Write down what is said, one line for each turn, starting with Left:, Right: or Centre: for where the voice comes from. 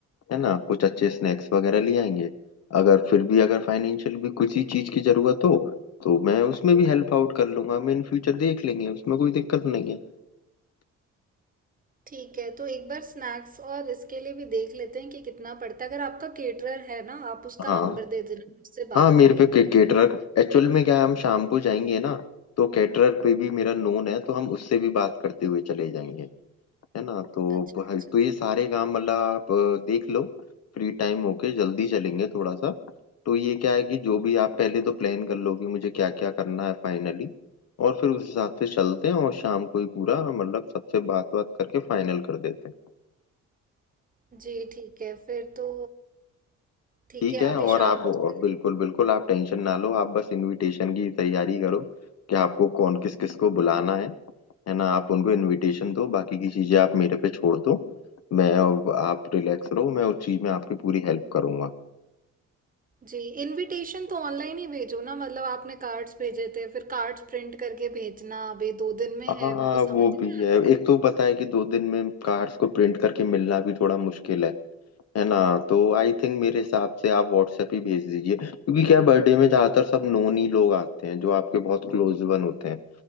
Left: है ना कुछ अच्छे स्नैक्स वगैरह ले आएंगे अगर फिर भी अगर फाइनेंशियल भी किसी चीज़ की ज़रूरत हो तो मैं उसमें भी हेल्प आउट कर लूंगा हम इन फ्यूचर देख लेंगे उसमें कोई दिक्कत नहीं है
Right: ठीक है, तो एक बार स्नैक्स और इसके लिए भी देख लेते हैं कि कितना पड़ता है। अगर आपका केटरर है ना, आप उसका
Left: हाँ
Right: नंबर दे देना, मैं उससे
Left: हाँ
Right: बात
Left: मेरे
Right: कर लेते
Left: पे
Right: हुए।
Left: कैटरर एक्चुअल में क्या है हम शाम को जाएंगे ना तो कैटरर पे भी मेरा नोन है तो हम उससे भी बात करते हुए चले जाएंगे है ना तो
Right: अच्छा अच्छा
Left: तो ये सारे काम मतलब आप अ, देख लो फ्री टाइम होके जल्दी चलेंगे थोड़ा सा तो ये क्या है कि जो भी आप पहले तो प्लान कर लो कि मुझे क्या क्या करना है फाइनली और फिर उस हिसाब से चलते हैं और शाम को ही पूरा मतलब सबसे बात बात करके फाइनल कर देते हैं
Right: जी ठीक है फिर तो ठीक
Left: ठीक
Right: है
Left: है
Right: अभी
Left: और
Right: शाम
Left: आप
Right: को थोड़ी
Left: बिल्कुल बिल्कुल आप टेंशन ना लो आप बस इनविटेशन की तैयारी करो कि आपको कौन किस किस को बुलाना है है ना आप उनको इनविटेशन दो बाकी की चीजें आप मेरे पे छोड़ दो मैं आप रिलैक्स रहो मैं उस चीज में आपकी पूरी हेल्प करूंगा
Right: जी इनविटेशन तो ऑनलाइन ही भेजो ना मतलब आपने कार्ड्स भेजे थे फिर कार्ड्स प्रिंट करके भेजना अभी दो दिन में है
Left: हाँ
Right: मेरे को समझ
Left: वो
Right: नहीं
Left: भी
Right: आ
Left: है
Right: रहा
Left: एक तो पता है कि दो दिन में कार्ड्स को प्रिंट करके मिलना भी थोड़ा मुश्किल है है ना तो आई थिंक मेरे हिसाब से आप व्हाट्सएप ही भेज दीजिए क्योंकि क्या बर्थडे में ज्यादातर सब नोन ही लोग आते हैं जो आपके बहुत क्लोज वन होते हैं